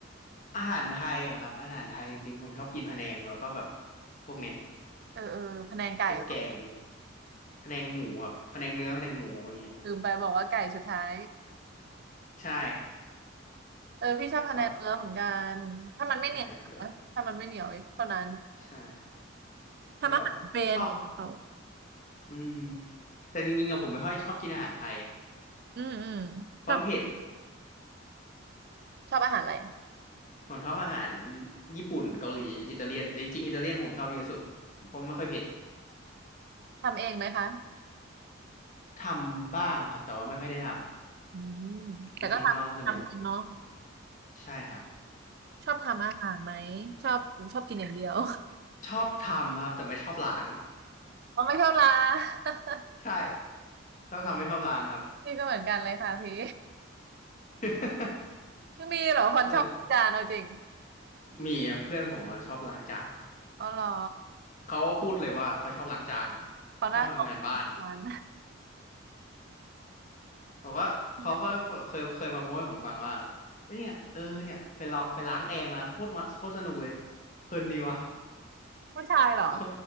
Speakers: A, on the left (about 40°); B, on the right (about 50°).
A: อาหารไทยเหรอครับอาหารไทยจริงๆผมชอบกินพะแนงแล้วก็แบบพวกเนี้ย
B: เออเออพะแนงไก่เหรอ
A: พวกแกงพะแนงหมูครับพะแนงเนื้อพะแนงหมูอย่างเงี้ย
B: ลืมไปบอกว่าไก่สุดท้าย
A: ใช่
B: <laughs> เออพี่ชอบพะแนงเนื้อเหมือนกันถ้ามันไม่เหนียวนะถ้ามันไม่เหนียวเท่านั้น
A: แบบใช่เหรอใช่
B: ทำอาหารเป็นเอา
A: แล้วแบบข้าวอืมแต่จริงๆอะผมไม่ค่อยชอบกินอาหารไทย
B: อืมอืม
A: เพราะมันเผ็ด
B: ชอบชอบอาหารอะไร
A: ผมชอบอาหารญี่ปุ่นเกาหลีอิตาเลียนแต่จริงๆอิตาเลียนผมชอบเยอะสุดผมไม่ค่อยเผ็ด
B: ทำเองไหมคะ
A: ทำบ้างครับแต่ว่าไม่ค่อยได้ท
B: อืม
A: ำไปกินข้างนอกส่วนใหญ่
B: แต่ก็ทำทำเป็นเนาะ
A: ใช่ครับ
B: ชอบทำอาหารไหมชอบชอบกินอย่างเดียว
A: ชอบทำครับแต่ไม่ชอบล้าง
B: <laughs> อ๋อไม่ชอบลา
A: <laughs>
B: <laughs>
A: ใช่ชอบทำไม่ชอบล้างครับ
B: พี่ก็เหมือนกันเลยค่ะพี่
A: <laughs>
B: <laughs> มีเหรอคนชอบอาจานเอาจริง
A: ก็เลยมีเพื่อนผมอะชอบล้างจาน
B: อ๋อเหรอ
A: เขาพูดเลยว่าเขาชอบล้างจาน
B: เขาหน้าตรงกัน
A: ชอบทำงานบ้าน บอกว่าเขาก็เคยเคยมาโม้ให้ผมฟังว่า
B: <laughs>
A: เอ้ยเนี่ยเออเนี่ยไปลองไปล้างแอร์มาโคตรมาโคตรสนุกเลยเพลินดีว่ะ
B: ผู้ชายเหรอ
A: <laughs> ก็